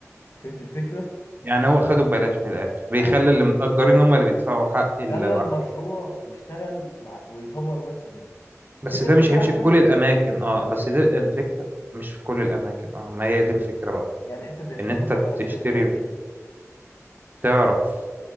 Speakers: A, on the left; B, on the right.
A: انت فهمت الفكره
B: يعني هو خده ببلاش من الآخر بيخلي
A: ايوه
B: اللي متأجرين هم اللي بيدفعوا حق ال-
A: خلى
B: العقار
A: المشروع يشتغل مع ويطور نفسه بنفسه
B: بس
A: دي كانت
B: ده
A: فكره
B: مش هيمشي
A: عجبان
B: في كل الأماكن اه
A: ده مش
B: بس
A: هيمشي
B: ده
A: في كله
B: الفكرة مش في كل الأماكن اه ما هي دي الفكرة بقى
A: يعني حته زي الساحل
B: إن أنت
A: ما تعرفش
B: تشتري
A: تعمل فيها كده
B: تعرف